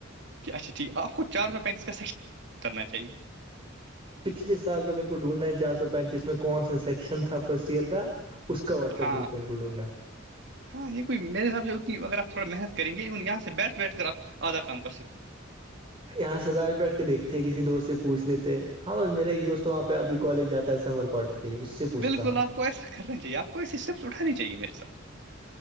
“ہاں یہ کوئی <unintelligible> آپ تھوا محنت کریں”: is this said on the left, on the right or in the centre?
Right